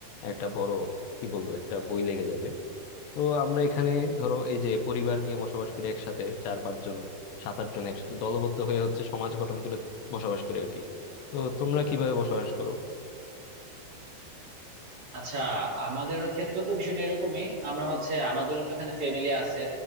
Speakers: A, on the left; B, on the right.
A: একটা বড় কি বলবো একটা বই লেগে যাবে তো আমরা এখানে ধরো এই যে পরিবার নিয়ে বসবাস করি একসাথে চার পাঁচজন সাত আট জন একসাথে দলবদ্ধ হয়ে হচ্ছে সমাজ গঠন করে বসবাস করি আর কি তো তোমরা কিভাবে বসবাস করো
B: আচ্ছা আমাদের ক্ষেত্রে তো বিষয়টা এরকমই আমরা হচ্ছে আমাদের এখানে ফ্যামিলি আছে